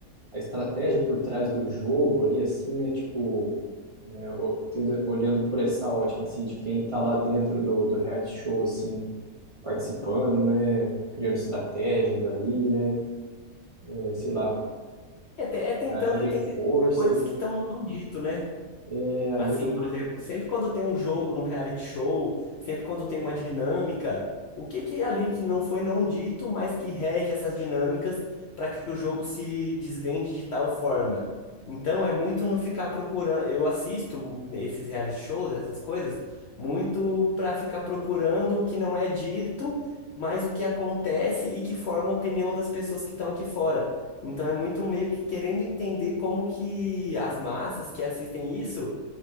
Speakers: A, on the right; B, on the left.
A: a estratégia por trás do jogo ali, assim, né? Tipo, é, o- tendo- olhando por essa ótica, assim, de quem tá lá dentro do, do reality show, assim. participando, né? Criando estratégias ali, né? É, sei lá,
B: É, te- é tentando
A: aliando
B: entender
A: forças,
B: coisas
A: né?
B: que estão no não dito, né?
A: É, ali
B: Assim,
A: é uma.
B: por exemplo, sempre quando tem um jogo no reality show, sempre quando tem uma dinâmica, o que que é ali que não foi não dito, mas que rege essas dinâmicas para que o jogo se desvende de tal forma? Então é muito não ficar procurando. Eu assisto esses reality shows, essas coisas, muito para ficar procurando o que não é dito, mas o que acontece e que forma a opinião das pessoas que estão aqui fora. Então é muito meio que querendo entender como que as massas que assistem isso